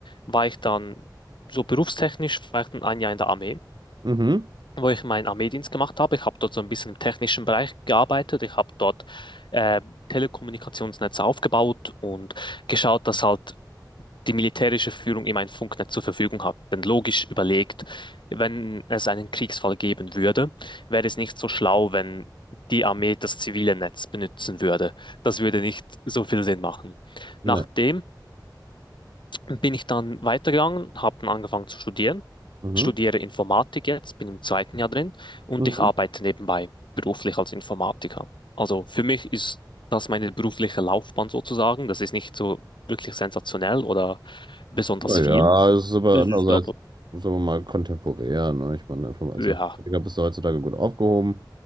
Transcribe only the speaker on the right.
Mhm.
Nee.
Mhm.
Mhm.
Na
Ja, es ist aber
andererseits,
sagen wir mal, kontemporär. Ne? Ich meine, Inform- als
Informatiker bist du heutzutage gut aufgehoben